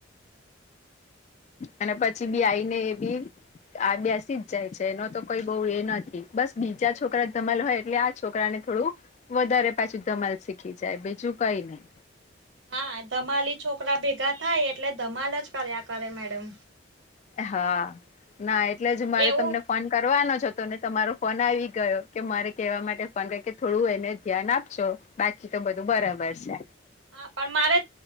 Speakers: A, on the right; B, on the left.
A: <unintelligible>
B: અને પછી બી આઈને એ બી આ બેસી જ જાય છે એનો તો કોઈ બહુ એ નથી બસ બીજા છોકરા ધમાલ હોય એટલે આ છોકરા ને થોડું વધારે પાછું ધમાલ શીખી જાય બીજું કઈ નહી
A: હા ધમાલી છોકરા ભેગા થાય એટલે ધમાલ જ કર્યા કરે મેડમ
B: હા ના એટલે જ મારે
A: એવું
B: તમને ફોન કરવાનો જ હતો ને તમારો ફોન આવી ગયો કે મારે કેવા માટે ફોન કરુ કે થોડું એને ધ્યાન આપજો બાકી તો બધું બરાબર છે.
A: હા પણ મારે